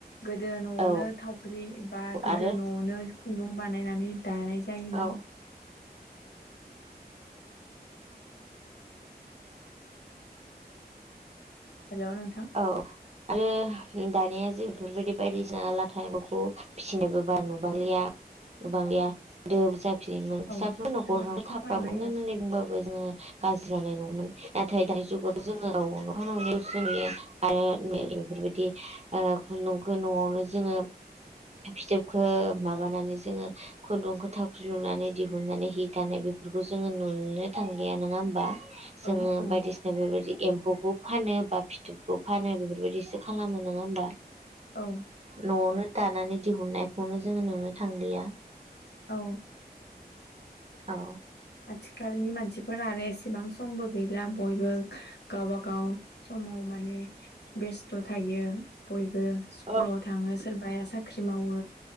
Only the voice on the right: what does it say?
औ
आरो
औ
औ <unintelligible> दानिया जों बेफोरबायदि बायदिसिना लाथा एमफौखौ फिसिनोबो बा नुबांलिया गोबां गैया <unintelligible>
साफ्रोम न'खर
<unintelligible>
होननानै
बुंबाबो <unintelligible> गाज्रि जानाय नङामोन नाथाय दानि जुगावथ' जोङो <unintelligible> आरो <unintelligible> बेफोरबायदि ओ खुन्दुंखौ न'आवनो जोङो फिथोबखो माबानानै जोङो खुन्दुंखौ थावख्रि लुनानै दिहुननानै हि दानाय बेफोरखौ जोङो नुनोनो थांलिया नोङा होमबा जोङो
बायदिसिना बेफोरबायदि एम्फौखौ फानो बा फिथुबखौ फानो बेफोरबायदिसो खालामो नोङा होमबा
न'आवनो दानानै दिहुननायखौनो जोङो नुनो थांलिया
औ
औ